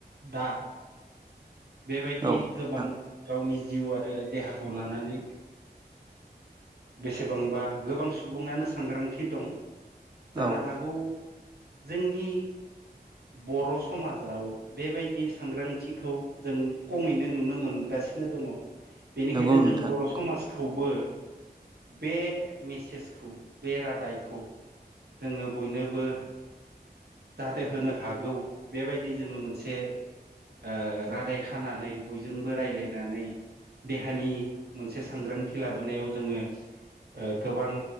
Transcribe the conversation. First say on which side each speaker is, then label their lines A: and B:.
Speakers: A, on the right (about 70°); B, on the right (about 25°).
A: दा बेबायदि
B: औ
A: गोबां
B: नोंथां
A: गावनि जिउ आरो देहाखौ लानानै बेसेबांबा गोबां सुबुङानो सांग्रांथि दं
B: औ
A: <inaudible> जोंनि बर' समाजाव बेबायदि सांग्रांथिखौ जों खमैनो नुनो मोनगासिनो दङ बेनिखायनो
B: नंगौ नोंथां
A: जों बर'
B: नंगौ
A: समाजखौबो बे मेसेजखौ बे रादायखौ जोङो बयनोबो जाहाथे होनो हागौ बेबायदि जोङो मोनसे ओ रादाय खानानै बयजोंबो रायज्लायनानै देहानि मोनसे सांग्रांथि लाबोनायाव जोङो गोबां